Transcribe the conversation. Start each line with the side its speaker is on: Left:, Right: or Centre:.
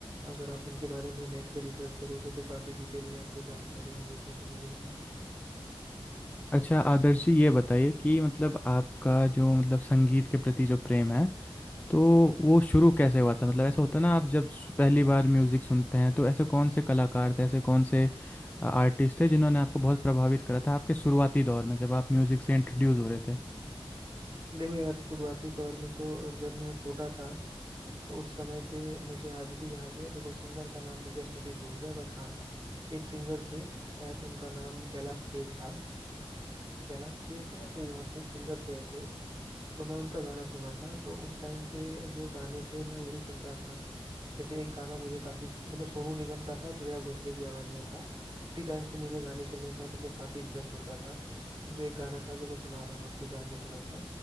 Right: अगर आप उनके बारे में नेट पे रिसर्च करोगे तो काफी डिटेल में आपको जानकारी भी देखने को मिलेगी
Left: अच्छा आदर्श जी ये बताइए कि मतलब आपका जो मतलब संगीत के प्रति जो प्रेम है तो वो शुरू कैसे हुआ था मतलब ऐसा होता है ना आप जब सु- पहली बार म्यूज़िक सुनते हैं तो ऐसे कौन से कलाकार थे ऐसे कौन से आर्टिस्ट थे जिन्होंने आपको बहुत प्रभावित करा था आपके शुरुआती दौर में जब आप म्यूज़िक से इंट्रोड्यूस हो रहे थे
Right: देखो यार शुरुआती तौर में तो जब मैं छोटा था तो उस समय पे मुझे आज भी याद है देखो सिंगर का नाम मैं जस्ट अभी भूल गया बट हाँ एक सिंगर थे शायद उनका नाम कैलाश खेर था कैलाश खेर थे या कोई और थे एक सिंगर थे ऐसे ही तो मैं उनका गाना सुना था तो उस टाइम पे जो गाने थे मैं यही सुनता था जैसे एक गाना मुझे काफी मतलब सोनू निगम का था और श्रेया घोषाल की आवाज में था उसी टाइम से मुझे गाने सुनने का मतलब काफी इंटरेस्ट होता था जो एक गाना था जो मैं सुना रहा हूँ आपको गा के थोड़ा सा